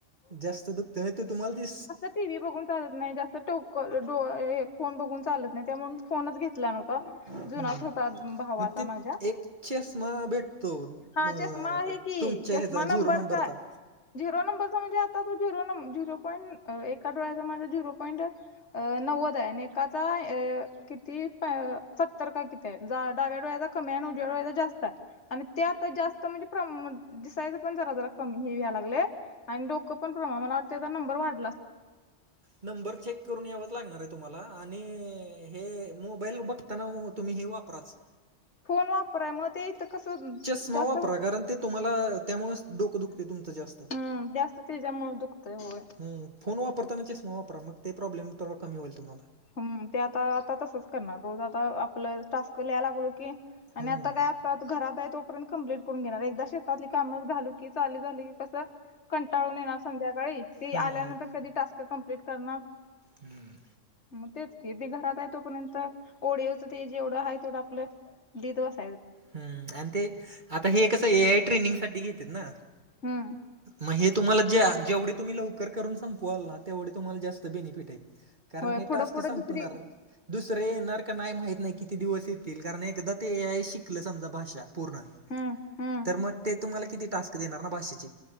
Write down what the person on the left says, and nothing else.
टीव्ही बघून चालत नाही, जास्त टोक डो ए फोन बघून चालत नाही त्यामुळे मी फोनच घेतला नव्हता.
जुनाच होता भावाचा
माझ्या
हा चष्मा आहे की
च
मा
नंबरचाय
झिरो नंबरचा म्हणजे आता तो झिरों नं झिरो पॉईंट अ एका डोळ्याचा माझा झिरो पॉईंट अ नव्वद आय आणि एकाचा अ किती अ सत्तर का कित ते डाव्या डोळ्याचा कमी ये आणि उजव्या डोळ्याचा जास्त हाय. आणि ते आता जास्त म्हणजे प्रम-दिसायचं पण जरा जरा कमी हे याय लागलंय आणि डोकं पण हं म मला वाटतंय आता नंबर वाढ
फोन वापराय म ते इथं कस
जास्त
हम्म जास्त त्याच्यामुळचं दुखतय होय.
हूं ते आता आता तसच करणार रोज आता आपल्याल टास्क लियाला लागलो की आणि
आता काय त्यात घरात ये तोपर्यंत कंप्लीट करून घेणार एकदा शेतातली काम झाली की चालू झाली की कस कंटाळून येणार संध्याकाळी ती
आल्यानंतर कधी टास्क क कंप्लीट करणार
म तेच कि ती घरात हाय तोपर्यंत ऑडिओ च ते जेवढं हाय तेवढं आपल लिहत बस
हम्म
होय
पुढं
पुढं
दुसरी
हम्म हम्म